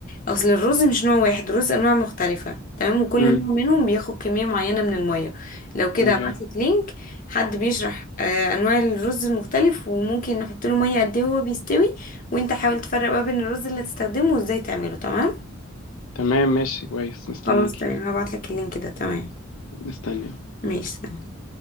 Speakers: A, on the left; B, on the left.
A: اصل الرز مش نوع واحد الرز انواع مختلفة تمام وكل
B: امم
A: نوع منهم بياخد كمية معينة من المية لو كده
B: تمام
A: هبعتلك لينك حد بيشرح آه انواع الرز المختلف وممكن نحط له مية قد ايه وهو بيستوي وانت حاول تفرق ما بين الرز اللي هتستخدمه وازاي تعمله تمام
B: تمام ماشي كويس مستنيكي
A: خلاص تمام هبعتلك اللينك ده تمام
B: مستني
A: ماشي تمام.